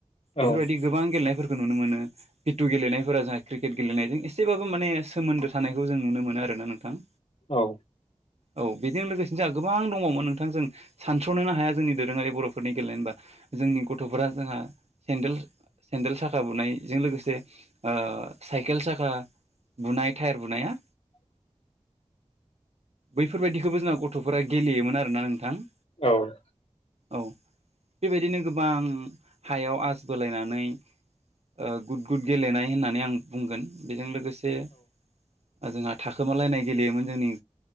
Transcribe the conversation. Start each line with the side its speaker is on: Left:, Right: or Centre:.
Left: औ
Right: बेफोरबायदि गोबां गेलेनायफोर खौ नुनो मोनो। फिथु गेलेनायफोरा जोंहा क्रिकेट गेलेनायजों एसेबाबो माने सोमोन्दो थानायखौ जों नुनो मोनो आ रो ना नोंथां।
Left: औ।
Right: औ बेजों लोगोसेनो जोंहा गोबां दङ'मोन नोंथां जों सानथ्रनोनो हाया जोंनि दोरोङारि बर'फोरनि गेलेेनाय होनबा। जोंनि गथ'फोरा जोंहा सेन्देल सेन्देल साखा बुनायजों लोगोसे ओ साइकेल साखा बुनाय थाइयार बुनाया
Left: <inaudible>
Right: बैफोरबायदिखोबो जोंना गथ'फोरा गेलेयोमोन आरो ना नोंथां ।
Left: औ।
Right: औ बेबायदिनो गोबां हायाव आस बोलायनानै ओ गुद गुद गेलेनाय होननानै आं बुंगोन बेजों लोगो से ओ जोंहा थाखोमालायनाय गेलेयोमोन जोंनि